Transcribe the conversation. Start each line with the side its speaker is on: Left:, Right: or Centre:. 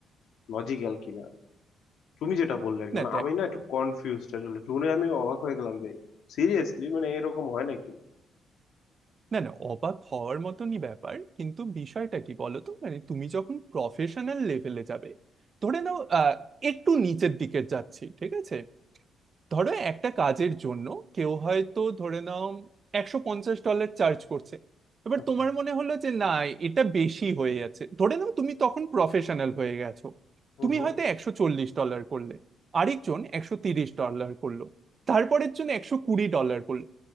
Left: লজিক্যাল কিনা তুমি যেটা বললে আর কি
Right: না
Left: মানে আমি না একটু কনফিউজড আসলে শুনে আমি অবাক হয়ে গেলাম যে সিরিয়াসলি মানে এরকম হয় নাকি
Right: না না অবাক হওয়ার মতনই ব্যাপার কিন্তু বিষয়টা কি বলতো মানে তুমি যখন প্রফেশনাল লেভেলে যাবে ধরে নাও আহ, একটু নিচের দিকে যাচ্ছি ঠিক আছে ধরো একটা কাজের জন্য কেউ হয়তো ধরে নাও একশো পঞ্চাশ ডলার চার্জ করছে এবার
Left: আচ্ছা
Right: তোমার মনে হলো যে না এটা বেশি হয়ে যাচ্ছে ধরে নাও তুমি তখন প্রফেশনাল হয়ে গেছো
Left: হুম
Right: তুমি
Left: হুম
Right: হয়তো একশো চল্লিশ ডলার করলে আরেকজন একশো তিরিশ ডলার করলো তারপরের জন্য একশো কুড়ি ডলার করলো